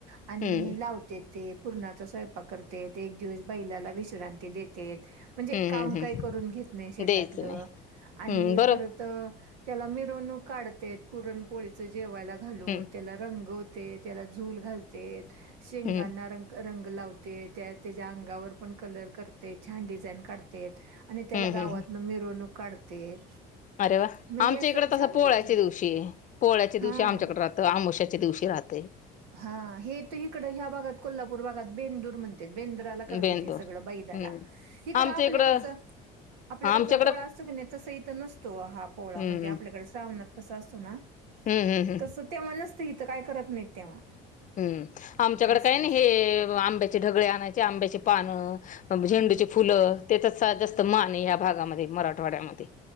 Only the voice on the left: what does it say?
हम्म
हम्म
हम्म
हम्म
द्यायचं नाही
हम्म बरोबर
हम्म
हम्म
हम्म
हम्म
अरे वा
आमच्या
इकडे तसं
पोळ्याच्या
दिवशी पोळ्याच्या
दिवशी आमच्याकडे राहतंय आमोशाच्या दिवशी राहतय.
बेंदूर
हम्म
आमच्या
इकडं
आमच्याकडं
हम्म
हम् हम् हम.
हम्म आमच्याकडे
काही ना
हे आंब्याचे ढगळे आणायचे आंब्याची पानं झेंडूचे
फुलं तेचाच जास्त मान आहे या भागामध्ये मराठवाड्यामध्ये.